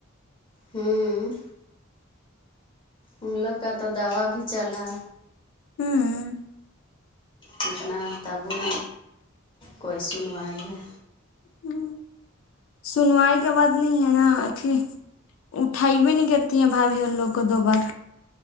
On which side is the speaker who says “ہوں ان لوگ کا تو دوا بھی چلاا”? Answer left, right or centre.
Left